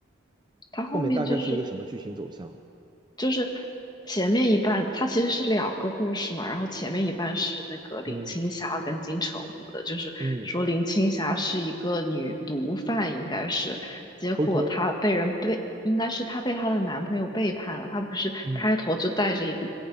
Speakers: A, on the left; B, on the right.
A: 它后面就是
B: 后面大概是一个什么剧情走向？
A: 就是前面一半，它其实是两个故事嘛，然后前面一半是那个林青霞跟金城武的，
B: 嗯
A: 就是说林青霞是一个女毒贩，
B: 嗯
A: 应该是，结果她被人背，
B: ，OK，
A: 应该是她被她的男朋友背叛了，她不是开头就戴着一个
B: 嗯，